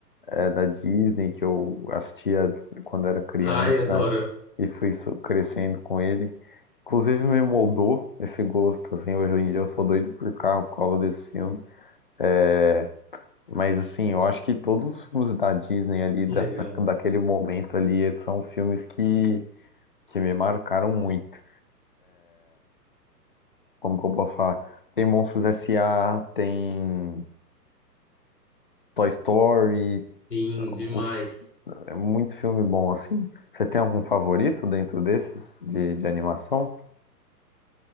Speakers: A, on the left (about 35°); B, on the left (about 70°).
A: é, da Disney, que eu assistia quando era criança
B: Ai, adoro.
A: e fui so- crescendo com ele. Inclusive me moldou esse gosto, assim, hoje em dia eu sou doido por carro por causa desse filme. É, mas assim, eu acho que todos os filmes da Disney ali, dessa,
B: Legal.
A: daquele momento ali, eles são filmes que, que me marcaram muito. como que eu posso falar? Tem Monstros S A tem Toy Story,
B: Sim, demais.
A: os- é muito filme bom, assim. Você tem algum favorito dentro desses de, de animação?